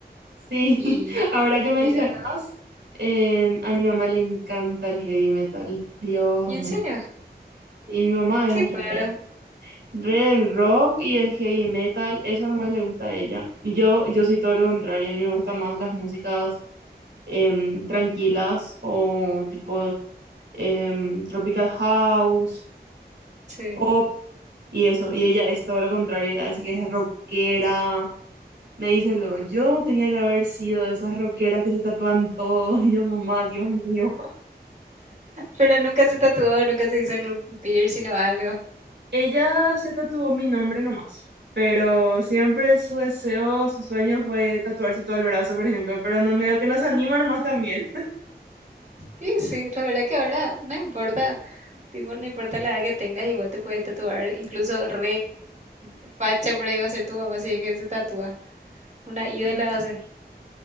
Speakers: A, on the right; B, on the right.
A: Sí,
B: Y,
A: <laughs> ahora que mencionas,
B: y era,
A: eh, a mi mamá le encanta el heavy metal. Dios
B: ¿en
A: mío.
B: serio?
A: Y mi mamá
B: Qué
A: es re,
B: raro,
A: re del rock y del heavy metal. Eso es lo más le gusta a ella. Y yo, yo soy todo lo contrario. A mí me gustan más las músicas. em, tranquilas o tipo em, Tropical House,
B: sí.
A: pop y eso. Y ella es todo lo contrario, ella dice que es rockera. Me dice luego, yo tenía que haber sido de esas rockeras que se tatúan todo. <laughs> Y yo, mamá, Dios mío.
B: Pero nunca se tatuó, nunca se hizo algún piercing o algo.
A: Ella se tatuó mi nombre nomás. Pero siempre su deseo, su sueño fue tatuarse todo el brazo, por ejemplo. Pero no medio que no se anima nomás también.
B: Y sí, la verdad que ahora no importa, tipo, no importa la edad que tengas, igual te puedes tatuar, incluso re facha por ahí va a ser tu mamá si es que se tatúa, una ídola
A: <laughs>
B: va a ser.